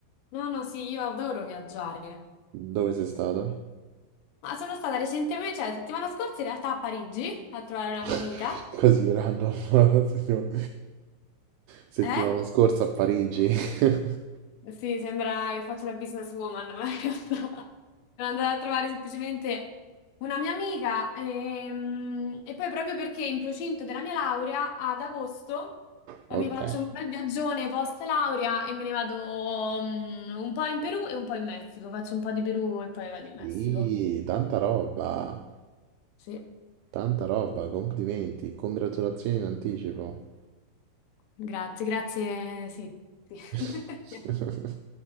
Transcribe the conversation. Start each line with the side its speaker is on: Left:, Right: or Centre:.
Left: No, no, sì, io adoro viaggiare.
Right: Dove sei stata?
Left: Ma sono stata recentemente, cioè la settimana scorsa in realtà a Parigi a trovare una
Right: <laughs>
Left: mia amica.
Right: Così random. <laughs> Settima- Settimana
Left: Eh?
Right: scorsa a Parigi. <laughs>
Left: Sì, sembra che faccia la businesswoman, ma in realtà sono andata a trovare semplicemente una mia amica ehm, e, poi proprio perché in procinto della mia laurea ad agosto eh,
Right: Ok.
Left: mi faccio un bel viaggione post laurea e me ne vado mm, un po' in Perù e un po' in Messico. Faccio un po' di Perù e poi vado in Messico.
Right: Sì, tanta roba.
Left: Sì,
Right: Tanta roba, complimenti, congratulazioni in anticipo.
Left: grazie, grazie, sì, sì.
Right: <laughs>
Left: <laughs>